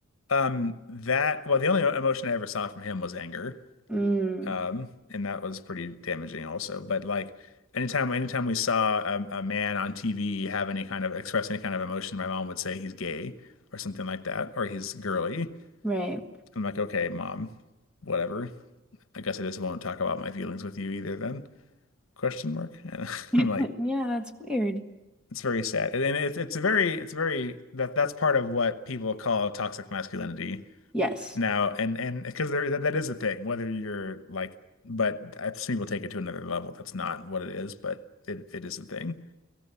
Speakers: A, on the left; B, in the centre.
A: Um, that, well, the only emotion I ever saw from him was anger.
B: Mm,
A: Um, and that was pretty damaging also. But like anytime anytime we saw a, a man on TV have any kind of express any kind of emotion, my mom would say he's gay or something like that, or he's girly.
B: right.
A: I'm like, okay, mom, whatever. I guess I just won't talk about my feelings with you either then? Question mark. And <laughs>
B: <laughs>
A: I'm like,
B: Yeah, that's weird.
A: it's very sad. And it's it's a very it's very that that's part of what people call toxic masculinity
B: Yes.
A: Now, and and because there that, that is a thing, whether you're like, but I've seen people take it to another level. That's not what it is, but it, it is a thing.